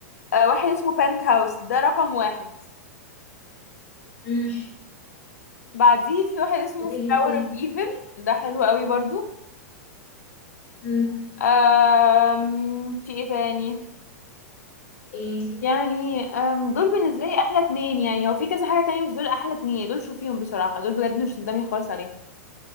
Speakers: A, on the left; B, on the left.
A: آه، واحد اسمه بنت هاوس ده رقم واحد
B: مم،
A: بعديه في واحد اسمه
B: قولي
A: فلاور
B: لي إيه تاني
A: اوف ايفل ده حلو قوي برضو
B: مم،
A: أم... في ايه تاني
B: ايه
A: يعني أم... دول بالنسبة لي احلى اتنين يعني هو في كذا حاجة تانية بس دول احلى اتنين دول شوفيهم بصراحة دول بجد مش ندمي خالص عليهم